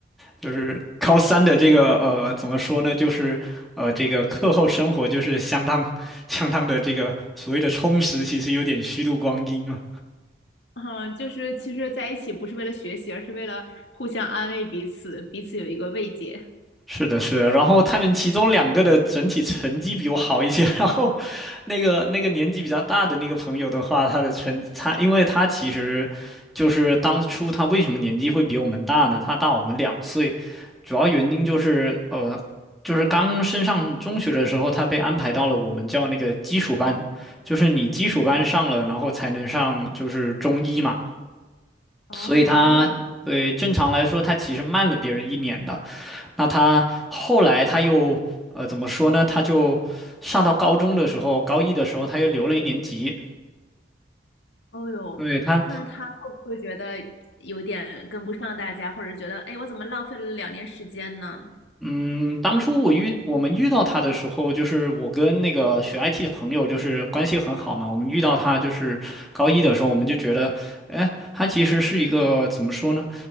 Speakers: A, in the centre; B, on the left.
A: 就是高三的这个呃，怎么说呢，就是呃，这个课后生活就是相当相当的这个所谓的充实，其实有点虚度光阴了。
B: 嗯，就是其实在一起不是为了学习，而是为了互相安慰彼此，彼此有一个慰藉。
A: 是的，是的，然后他们其中两个的整体成绩比我好一些，<laughs> 然后那个那个年纪比较大的那个朋友的话，他的成他，因为他其实就是当初他为什么年纪会比我们大呢？他大我们两岁，主要原因就是呃，就是刚升上中学的时候，他被安排到了我们叫那个基础班，就是你基础班上了，然后才能上就是中医嘛，
B: 哦，
A: 所以他对正常来说他其实慢了别人一年的。
B: 这样。
A: 那他后来他又呃怎么说呢？他就上到高中的时候，高一的时候他又留了一年级。
B: 哦哟，
A: 对他，
B: 那他会不会觉得有点跟不上大家，或者觉得，哎，我怎么浪费了两年时间呢？
A: 嗯，当初我遇我们遇到他的时候，就是我跟那个学 IT 的朋友就是关系很好嘛。我们遇到他就是高一的时候，我们就觉得，哎，他其实是一个怎么说呢？